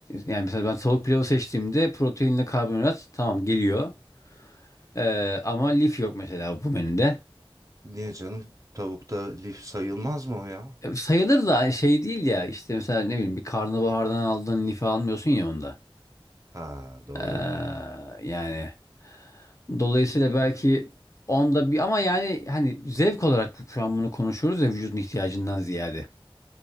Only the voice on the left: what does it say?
yani mesela ben tavuk pilavı seçtiğimde proteinle karbonhidrat tamam geliyor. Ee, ama lif yok mesela bu menüde.
E, Sayılır da hani şey değil ya işte mesela ne bileyim bir karnabahardan aldığın lifi almıyorsun ya onda.
Ee, yani dolayısıyla belki onda bir ama yani hani zevk olarak şu an bunu konuşuyoruz ya vücudun ihtiyacından ziyade.